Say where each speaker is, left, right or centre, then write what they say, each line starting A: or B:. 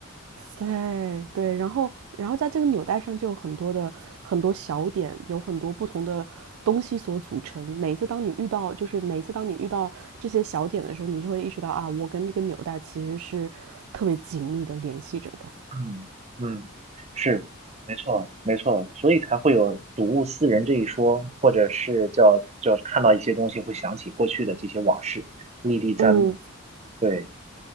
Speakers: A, on the right (about 85°); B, on the right (about 30°).
A: 对对，然后然后在这个纽带上就有很多的很多小点，有很多不同的东西所组成。每次当你遇到，就是每次当你遇到这些小点的时候，你就会意识到啊，我跟这个纽带其实是特别紧密的联系着的。
B: 嗯嗯，是，没错没错，所以才会有睹物思人这一说，或者是叫叫看到一些东西会想起过去的这些往事，历历在目。
A: 嗯，
B: 对，